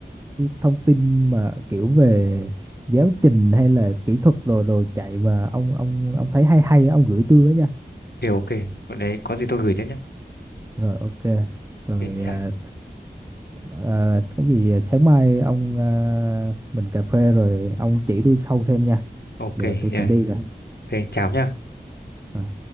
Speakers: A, on the right; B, on the left.
A: thông tin mà kiểu về giáo trình hay là kỹ thuật đồ đồ chạy mà ông ông ông thấy hay hay á, ông gửi tôi với nha.
B: thì ok còn đấy có gì tôi gửi cho nhé
A: rồi ok rồi
B: ok chà-
A: à, à, cái gì à, sáng mai ông à, mình cà phê rồi ông chỉ tôi sâu thêm nha
B: ok
A: giờ tôi
B: yeah.
A: phải đi rồi
B: ok chào nhá
A: rồi